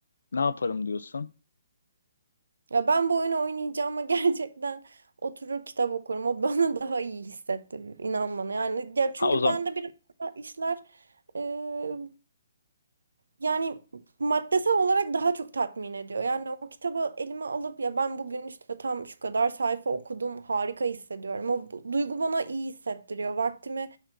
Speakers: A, on the left; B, on the right.
A: ne yaparım diyorsun?
B: Ya ben bu oyunu oynayacağıma <laughs> gerçekten oturur kitap okurum. O bana <laughs> daha iyi hissetti. inan bana. Yani ya çünkü
A: Ha o zaman
B: bende biraz daha işler e, yani maddesel olarak daha çok tatmin ediyor. Yani o kitabı elime alıp ya ben bugün işte tam şu kadar sayfa okudum harika hissediyorum. O bu- duygu bana iyi hissettiriyor. Vaktimi